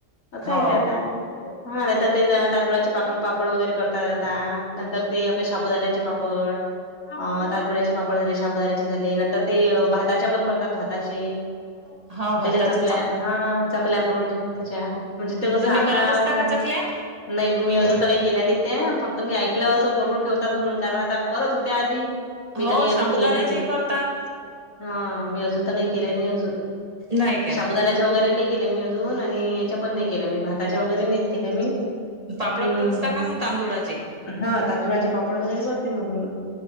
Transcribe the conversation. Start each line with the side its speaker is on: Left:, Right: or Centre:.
Left: आता
Right: हो
Left: येत आता. हा, नाहीतर ते तांदुळाचे पाड पापड वगैरे करतात आता नंतर ते आपल्या शाबूदाण्याचे पापड. पळ. अ, तांदुळ्याचे पापड झाले, शाबुदाण्याचे झाले नंतर ते भाताचे पण करतात भाताचे.
Right: हो भाताच्या
Left: त्याच्याच चकल्या हा, चकल्या करून ठेवाच्या त्याच्या म्हणजे ते कसं
Right: तुम्ही
Left: आता
Right: करत असता
Left: उन्हाळ.
Right: का चकल्या?
Left: नाही मी अजून अस काही केल्या नाही त्या फक्त मी ऐकलं असं करून ठेवतात म्हणून कारण आता करत होते आधी. मी
Right: हो,
Left: तर काही अजून
Right: शबुदाण्याचे
Left: केल्या नाहीत
Right: करतात.
Left: हा, मी अजून तर काही केल्या नाही अजून
Right: नाही काय
Left: साबुदाना. वगैरे नाही केल्या मी अजून आणि याच्या पण नाही केल्या मी भाताच्या वगैरे नाही केल्या मी.
Right: पापड
Left: हम्म
Right: करत असतात का मग तांदुळाचे.
Left: हा, तांदुळाचे पापड वगैरे करते मग्.